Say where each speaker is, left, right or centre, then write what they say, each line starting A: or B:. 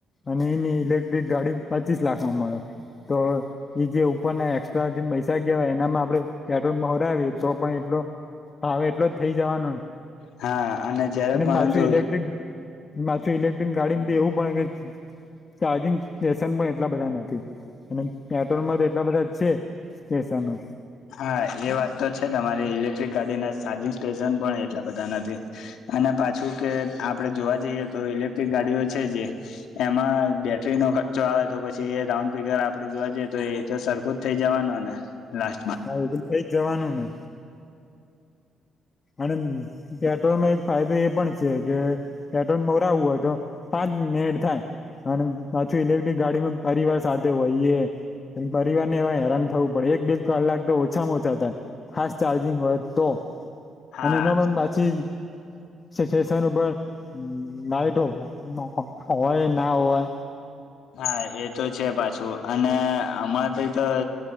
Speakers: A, on the left; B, on the left.
A: અને એની ઇલેક્ટ્રિક ગાડી પચીસ લાખમાં મળે તો જે ઉપરના એસ્ટ્રા પૈસા કેવાય એનામાં આપડે પેટ્રોલ પવરાવીએ તો પણ એટલો ભાવ એટલો જ થઇ જવાનો
B: હા. જયારે
A: અને
B: પરંતુ
A: પાછું ઇલેક્ટ્રિક પાછું ઇલેક્ટ્રિક ગાડી એવું પણ ચાર્જિંગ સેશન પણ એટલા બધા નથી અને પેટ્રોલમાં તો એટલા બધા જ છે સ્ટેશનો.
B: હા એ વાત તો છે તમારી ઇલેક્ટ્રિક ગાડી ના ચાર્જિંગ સ્ટેશન પણ એટલા બધા નથી અને પાછું કે આપણેે જોવા જઈએ તો ઇલેક્ટ્રિક ગાડીઓ છે જે એમાં બેટરીનો ખર્ચો આવે તો પછી એ રાઉન્ડ ફિગર આપડે જોવા જએ તો એ તો સરખું જ થઈ જવાનું ને લા
A: હા એતો થઈ જ જવાનું ને અનેમ પેટ્રોલમાં ફાયદો એ પણ છે કે પેટ્રોલ મોરાવવું હોય તો પાંચ મેડ થાય. અને પાછું ઇલેક્ટ્રિક ગાડીમાં પરિવાર સાથે હોઈયે એમ પરિવારને એવા હેરાન થવું પડે એક બે કલાક તો ઓછામાં ઓછા થાય, ફાસ્ટ ચાર્જિંગ હોય તો.
B: હા
A: અને એમાં પણ પાછી ચાચિંગ <unintelligible> <unintelligible> ઉપર લ લાઈટો અ હોય ના ઓય
B: હા એ તો છે પાછું અને અમાર તંઈતો